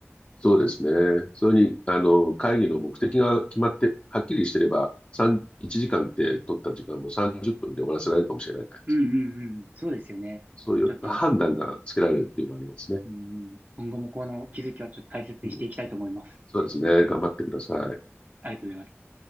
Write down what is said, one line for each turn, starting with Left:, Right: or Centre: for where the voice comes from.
Left: そうですね。それに、あの、会議の目的が決まって、はっきりしてれば、3、1時間って取った時間も30分で終わらせられるかもしれないじゃないですか。
Right: うんうんうん、そうですよね。
Left: そういう判断がつけられるっていうのはありますね。
Right: ちょっと、うんうん、今後もこの気づきはちょっと大切にしていきたいと思います。
Left: うん。そうですね。頑張ってください。
Right: ありがとうございます。